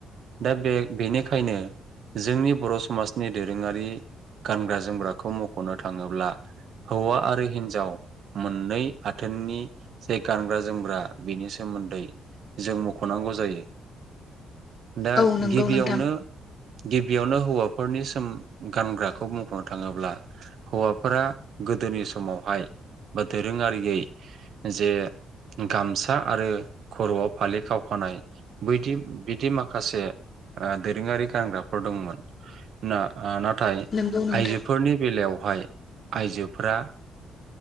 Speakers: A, on the right (about 65°); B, on the left (about 45°).
A: दा बे-बेनिखायनो जोंनि बर' समाजनि दोरोङारि गानग्रा जोमग्राखौ मखनो थाङोब्ला हौवा आरो हिनजाव मोननै आथोननि जे गानग्रा जोमग्रा बेनि सोमोन्दै जों मखनांगौ जायो। दा
B: औ नंगौ
A: गिबियावनो
B: नोंथां
A: गिबियावनो हौवाफोरनि सोम गानग्राखौ बुंखनो थाङोब्ला हौवाफोरा गोदोनि समावहाय बा दोरोङारि जे गामसा आरो खरआव फालि खावखानाय बैदि बिदि माखासे ओ दोरोङारि गानग्राफोर दंमोन ना ना नाथाय
B: नंगौ नोंथां
A: आइजोफोरनि बेलायावहाय आइजोफोरा